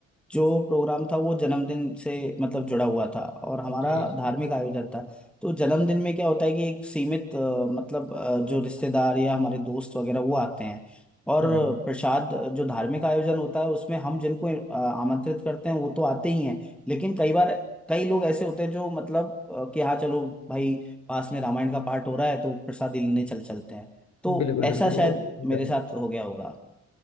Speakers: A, in the centre; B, on the left.
A: जो प्रोग्राम था वो जन्मदिन से मतलब जुड़ा हुआ था और हमारा
B: जी जी
A: धार्मिक आयोजन था तो जन्मदिन में क्या होता है कि एक सीमित अ, मतलब अ, जो रिश्तेदार या हमारे दोस्त वगैरह वो आते हैं और
B: हम्म
A: प्रसाद जो धार्मिक आयोजन होता है उसमें हम जिनको अ, आमंत्रित करते हैं वो तो आते ही हैं लेकिन कई बार कई लोग ऐसे होते हैं जो मतलब अ, कि हाँ चलो भाई पास में रामायण का पाठ हो रहा है तो प्रसाद ही लेने चल चलते हैं तो
B: हम्म, बिल्कुल
A: ऐसा
B: बिल्कुल वो
A: शायद
B: हो
A: मेरे
B: जाता
A: साथ हो गया होगा